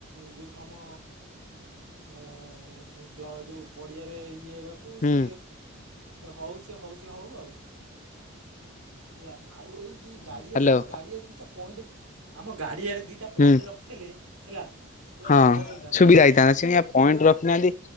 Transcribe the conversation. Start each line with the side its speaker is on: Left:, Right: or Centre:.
Right: ଯେଉଁ କାମ ଅ କବ୍ଲ ପଡିଆ ଇଏ ବା କୁ
Left: ହୁଁ
Right: ସେ ହଉ ସେ ହଉଛି ହଉ ଆଉ ହେଲା ଆଉ ଏଇ ଦି ଗାଡିଆରେ
Left: ହ୍ୟାଲୋ
Right: ଆମ ଗାଡିଆରେ ଦିଟା ପଏଣ୍ଟ ଆମ ଗାଡିଆରେ ଦିଟା ପଏଣ୍ଟ୍
Left: ହୁଁ
Right: ରଖିଥିଲେ ହେଲା ପୁରା
Left: ହଁ
Right: ଜବର ହେଇଥାନ୍ତା
Left: ସୁବିଧା
Right: ହେଲା
Left: ହେଇଥାନ୍ତା ସେ ସିନା ପଏଣ୍ଟ୍ ରଖିନାହାନ୍ତି